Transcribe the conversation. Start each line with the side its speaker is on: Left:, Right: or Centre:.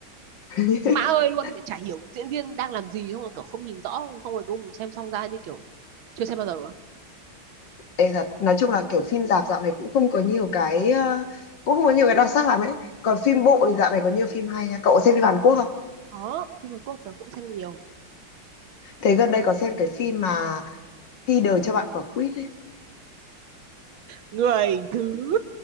Left: <laughs>
Right: mã ơi luôn chả hiểu diễn viên đang làm gì xong rồi kiểu không nhìn rõ xong rồi đúng xem xong ra như kiểu chưa xem bao giờ á?
Left: Ê thật, nói chung là kiểu phim rạp dạo này cũng không có nhiều cái ờ, cũng không có nhiều cái đặc sắc lắm ấy. Còn phim bộ thì dạo này có nhiều phim hay nha. Cậu có xem phim Hàn Quốc không?
Right: có phim Hàn Quốc tớ cũng xem nhiều
Left: Thế gần đây có xem cái phim mà Khi đời cho bạn quả quýt ấy.
Right: người thứ